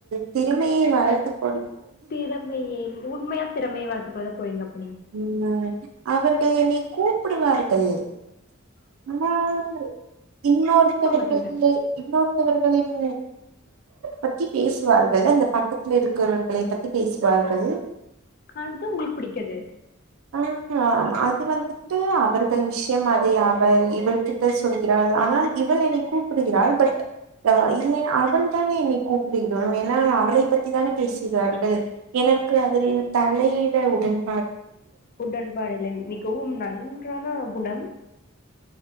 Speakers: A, on the right (about 75°); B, on the left (about 45°).
A: திறமையை வளர்த்துக்
B: திறமைய உண்மையா திறமைய வளர்த்துக் கொள்ளப் போறீங்கப்
A: ம் அ அவர்கள் என்னை கூப்புடுவார்கள் ஆனால் இன்னொருத்தவர்கள்லு
B: போ மாட்டீர்கள்
A: இன்னொரு த்தவர்களின் பத்தி பேசுவார்கள் அந்த பக்கத்துல இருக்குறவர்களை பத்தி பேசுவார்கள்
B: <unintelligible> உங்களுக் பிடிக்காது
A: ஆஹ அது வந்துட்டு அவர்கள் விஷ்யம் அதை அவள் இவள் கிட்ட சொல்கிறாள் ஆனால் இவள் என்னை கூப்புடுகிறாள் பட் ஆ இல்லை அவள் தானே என்னை கூப்பிடுகிற என்னால் அவளை பத்தி தானே பேசிறார்கள் எனக்கு அதில் தலையிட உடன்
B: உடன்பாடில்லை மிகவும் நன்றான குணம்